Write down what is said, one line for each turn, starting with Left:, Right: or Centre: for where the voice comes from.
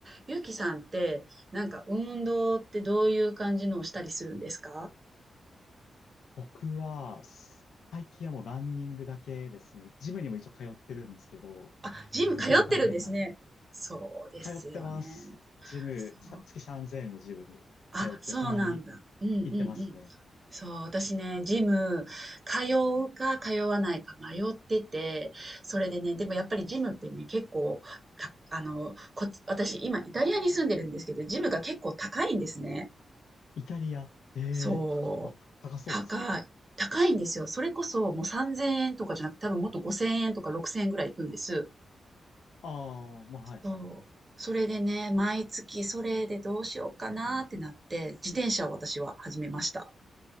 Right: ゆうきさんって、なんか運動ってどういう感じのをしたりするんですか
Left: 僕は、す最近はもうランニングだけですね。ジムにも一応通ってるんですけど、
Right: あ、ジム通ってるんですね。
Left: 行くの大変なんで。
Right: そうですよね。
Left: 通ってます。ジム、
Right: そう。
Left: さ、月3000円のジムに通って、
Right: あ、そうなんだ。
Left: たまに
Right: うんうんうん。
Left: 行ってますね。
Right: そう、私ね、ジム、通うか通わないか迷ってて、それでね、でもやっぱりジムってね、結構、た、あの、こっち、私今イタリアに住んでるんですけど、ジムが結構高いんですね。
Left: イタリア。えー、
Right: そう。
Left: 高、あ、た高そうですね。
Right: 高い。高いんですよ。それこそもう3000円とかじゃなくて、多分もっと5000円とか6000円ぐらいいくんです。
Left: ああ、まあ、はい、
Right: そう。
Left: はい。
Right: それでね、毎月それでどうしようかなってなって、自転車を私は始めました。